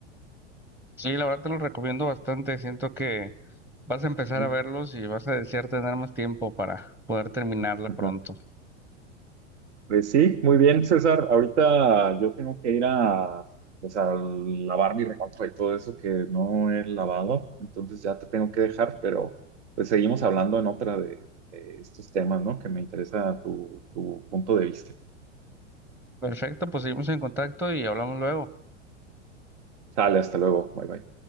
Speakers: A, in the centre; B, on the right.
A: Sí, la verdad te lo recomiendo bastante, siento que vas a empezar
B: Ujú.
A: a verlos y vas a desear tener más tiempo para poder terminarla
B: <laughs>
A: pronto.
B: Pues sí, muy bien, César. Ahorita yo tengo que ir a, pues a lavar mi ropa y todo eso que no he lavado, entonces ya te tengo que dejar, pero pues seguimos hablando en otra de, de estos temas, ¿no? Que me interesa tu, tu punto de vista.
A: Perfecto, pues seguimos en contacto y hablamos luego.
B: Sale, hasta luego. Bye bye.